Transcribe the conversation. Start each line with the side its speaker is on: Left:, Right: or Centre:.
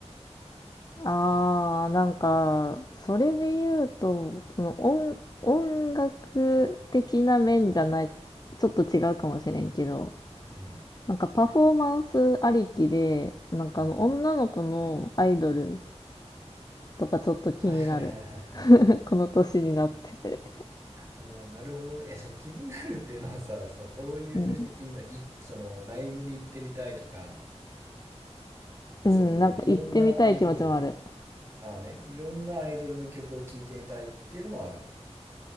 Left: ああ、なんか、それで言うと、その音、音楽的な面じゃない、ちょっと違うかもしれんけど、
Right: うん
Left: なんかパフォーマンスありきで、なんかあの女の子のアイドル
Right: うんうん
Left: とかちょっと気になる。
Right: はいはいはいはいはいはい。
Left: <laughs> この年になってて。
Right: ああなるほどね。えそう気になるっていうのはさ <laughs> そのどういう面で気になるいそのライブに行ってみたいとか
Left: うん。うん、
Right: そのもういろんなアイドルを
Left: なんか行ってみたい気持ちもある。
Right: ああねいろんなアイドルの曲を聴いてみたいっていうのもある